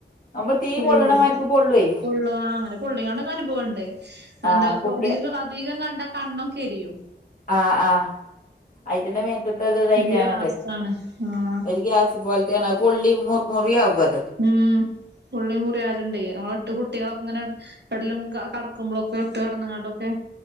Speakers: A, on the left; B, on the right.
A: നമ്മൾ തീ
B: കൊള്ളുവേ
A: പൊള്ളണമാർക്ക് പൊള്ളുവേ
B: കൊള്ളൂവാ അങ്ങനെ പുള്ളികൊക്കെ അനുഭവംമുണ്ട്
A: ആ
B: എന്താ
A: കുട്ടിയ
B: അ അധികം കണ്ട കണ്ണും കെരിയും
A: ആ ആ ഐറ്റന്റെ മേനസത്ത അത്ത്റ്റാണ
B: ഗ്യാസാണ്
A: അതെ
B: ആഹ്
A: ഒരു ഗ്യാസ് പോലെ.. ന പൊള്ളി ള്ള മു മുറിയ അ ഉപധ
B: ഉം പുള്ളി മുറിയാലണ്ടട്ട് ഓളത്ത കുട്ടികളൊക്കെ ഇങ്ങനെ.. എവിടലും കടക്കുമ്പോളൊക്കെ ഇട്ട് കിടന്നങ്ങാട്ടൊക്കെ.